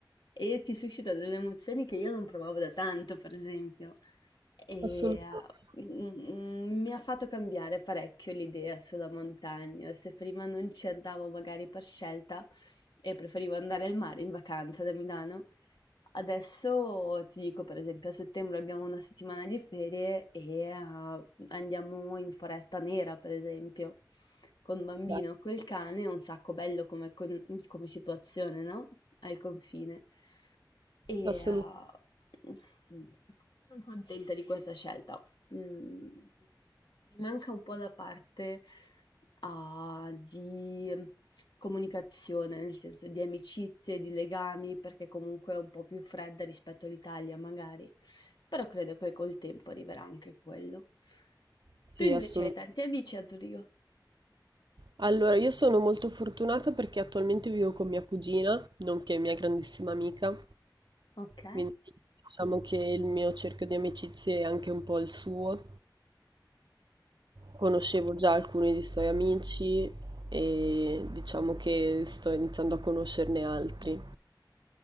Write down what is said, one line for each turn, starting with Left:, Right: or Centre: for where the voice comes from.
Left: e ti suscita delle emozioni che io non provavo da tanto, per esempio. E
Right: Assolutamente.
Left: eh, Mhmm, mi ha fatto cambiare parecchio l'idea sulla montagna. Se prima non ci andavo magari per scelta e preferivo andare al mare in vacanza da Milano, adesso ti dico per esempio a settembre abbiamo una settimana di ferie e, uhm, andiamo in Foresta Nera per esempio, con bambino,
Right: Beh,
Left: col cane, è un sacco bello come con come situazione, no, al confine. E
Right: assolut-
Left: eh, sì, sono contenta di questa scelta. Mm, mi manca un po' la parte ah, di comunicazione, nel senso di amicizie, di legami, perché comunque è un po' più fredda rispetto all'Italia, magari. Però credo che col tempo arriverà anche quello.
Right: sì,
Left: Tu invece
Right: assolutamente.
Left: hai tanti amici a Zurigo?
Right: Allora, io sono molto fortunata perché attualmente vivo con mia cugina, nonché mia grandissima amica,
Left: Ok,
Right: quindi diciamo che il mio cerchio di amicizie è anche un po' il suo. Conoscevo già alcuni dei suoi amici e diciamo che sto iniziando a conoscerne altri.